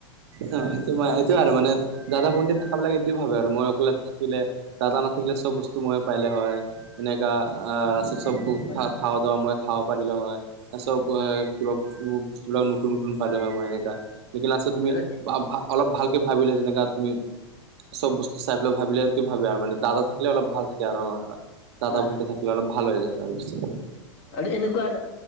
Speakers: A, on the right (about 60°); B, on the left (about 60°).
A: অ সেইটো মই সেইটোৱে আৰু মানে দাদা, ভণ্টি থাকাবিলাকে এইটোৱে ভাবে আৰু মই অকলে থাকিলে দাদা নাথাকিলে চব বস্তু মই পাইলে হয় এনেকা আহ চব চব
B: হয়
A: খা
B: হয়
A: খাৱ দ মই খাব পাৰিলো হয়, চব কিবা বস্তুবিলাক নতুন - নতুন পালে হয় মই এনেকা। লেকিন আছতে তুমি
B: আৰু
A: ভা ভা অলপ ভালকে ভাবিলে যেনেকা তুমি চব বস্তু চাই পেলাই ভাবিলেটো ভাবে আৰু মানে দাদা থাকিলে অলপ ভাল থাকে আৰু অ। দাদা
B: হয়
A: -
B: হয়
A: ভণ্টি থাকিলে আৰু ভাল হৈ যায় আৰু পিছে।
B: আৰু এনেকুৱা এটা